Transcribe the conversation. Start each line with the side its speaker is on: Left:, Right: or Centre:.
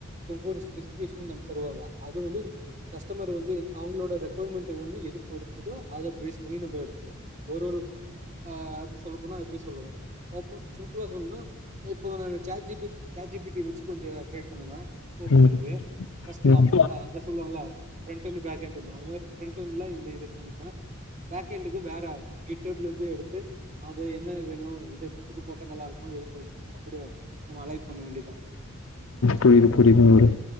Right: ஒரு ஸ்பெசிபிகேஷன் நமக்கு தருவாங்க. அது வந்து கஸ்டமர் வந்து அவங்களோட ரெக்கொவயர்மெண்ட் வந்து எது பொறுத்து. அத பேஸ் பண்ணி நம்ம எடுத்துப்போம் ஒரு ஒரு அப்படி சொல்ல போனா எப்படி. சொல்லனு ஒப்பு. சிம்ப்ளா சொல்லுன்னா இப்போ. ChatGPT ChatGPT. வச்சு கொஞ்சம் அப்டேட் பண்ணுங்க. ஒருத்தருக்கு
Left: ம்
Right: பஸ்ட்
Left: ம்
Right: அ அத சொல்லுவாங்களா ஃபிரண்ட்யெண்டு பேக்யெண்டு. ஃபிரண்டுல இப்படி இருக் சொல்லிப்ப பேக்ரௌண்ட்டுக்கு வேற டிப்லேந்து எடுத்து அத என்ன வேணும் இது இது போட்ட நல்லா இருக்குமோ எது போட்டா அப்படிய நம்ம அலைட் பண்ண வேண்டியதான்
Left: புரிது புரிது ஃப்ரோ